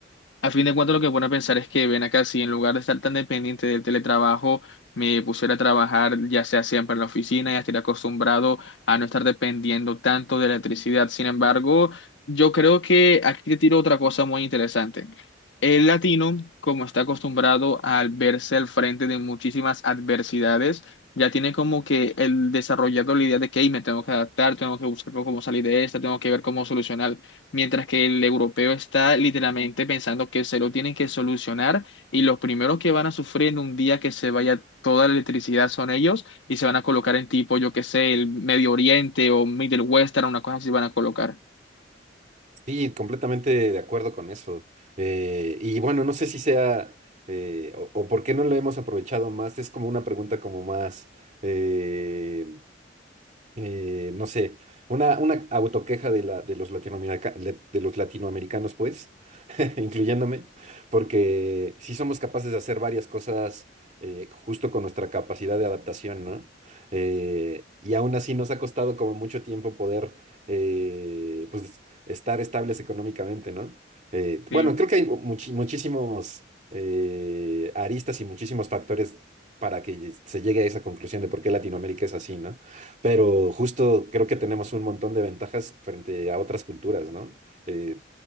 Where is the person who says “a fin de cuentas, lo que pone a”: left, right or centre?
Left